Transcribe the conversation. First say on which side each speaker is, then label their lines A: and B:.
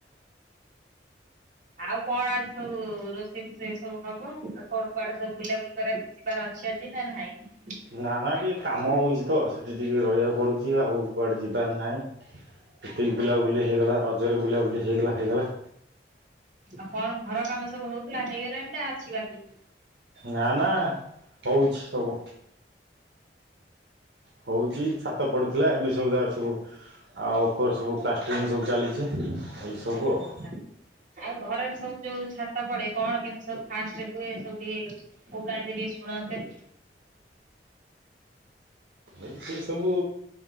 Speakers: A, on the right (about 45°); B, on the right (about 75°).
A: ଆଉ କଣ ଆଜି ସବୁ ରୋଷ୍ ଷେଇ ଫୋଷେଇ ସବୁ ହବ ଆଉ କଣ କୁଆଡେ ସବୁ ବୁଲାବୁଲି କରିବାକୁ ଯିବାର ଅଛି ଆଜି ନା ନାହିଁ।
B: ନା ନା ଟିକେ କାମ ହେଉଚି ତ ସେଠି ଟିକେ ରହିବାକୁ ପଡୁଚି ଆଉ କୁଆଡ଼େ ଯିବାର ନାହିଁ। ଏତିକି ବୁଲାବୁଲି ହେଇଗଲା ରଜରେ ବୁଲାବୁଲି ହେଇଗଲା ହେଇଗଲା।
A: ଆଉ କଣ ଘର କାମ ସବୁ ହୋଉଥୁଲା ହେଇଗଲାଣି ନା ଆଛି ବାକି?
B: ନା ନା ହୋଉଛି ସବୁ। ହୋଉଚି ଛାତ ପଡ଼ିଥିଲା ଏବେ ସବୁ ତାର ସବୁ ଆଉ ଉପର ସବୁ ପ୍ଲାଷ୍ଟିଙ୍ଗ ସବୁ ଚାଲିଚି। ଏଇ ସବୁ
A: ଆଚ୍ଛା
B: ଆଉ।
A: ଆଉ ଘରର ସବୁ ଯୋଉ ଛାତ ପଡେ କଣ କେମିତି ସବୁ ଫାଷ୍ଟେ ହୁଏ ସବୁ ଟିକେ କୋହୁନାହାନ୍ତିି ଟିକେ ଶୁଣନ୍ତେ।
B: ଆଉ ସବୁ